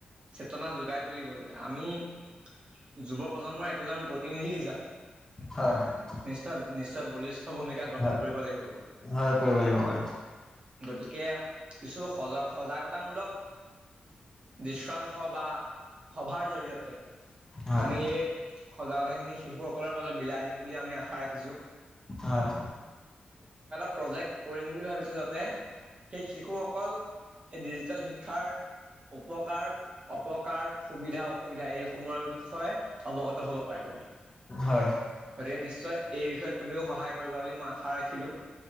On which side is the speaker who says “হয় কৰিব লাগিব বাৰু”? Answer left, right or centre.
Left